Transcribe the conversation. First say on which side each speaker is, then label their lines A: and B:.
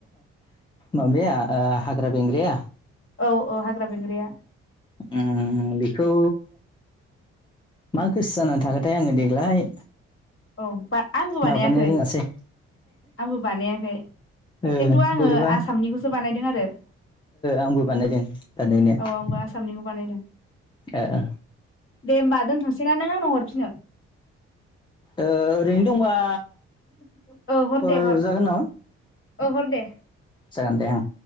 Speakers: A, on the left; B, on the left.
A: माबाया हाग्रा बेंग्राया
B: औ-औ हाग्रा बेंग्राया
A: उम बेखौ मा गोसो जानानै थाखोथाय आङो देग्लाय
B: औ बा आंबो बानायाखै
A: माबानो रोङासै
B: आंबो बानायाखै
A: ओ
B: खिन्थु आङो
A: बोरैबा
B: आसामनिखौसो बानायदों आरो
A: आंबो बानायदों बानाय नाया
B: औ आंबो आसामनिखौ बानायदों
A: ओ-ओ
B: दे होमबा दोनथ'सैना नों आंनाव हरफिनो?
A: ओरैनो दंबा
B: <inaudible> ओ हर
A: हरजागोन
B: दे हर
A: नामा
B: ओ हर दे
A: जागोन दे ओं